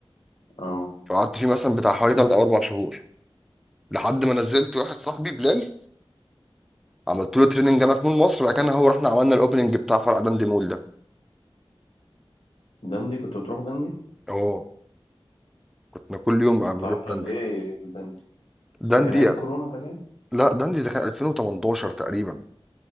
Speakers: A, on the left; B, in the centre.
A: اه
B: فقعدت فيه مثلا بتاع حوالي 3 او 4 شهور لحد ما نزلت واحد صاحبي بلال عملت له تريننج انا في مول مصر بقى كان هو رحنا عملنا الاوبننج بتاع فرع داندي مول ده
A: دندي كنت بتروح دندي
B: اه كنا كل يوم
A: ده انت
B: بنروح
A: قعدت قد
B: داندي
A: ايه في دندي
B: داندي
A: ده كان ايام كورونا ده باين
B: لا داندي ده كان 2018 تقريبا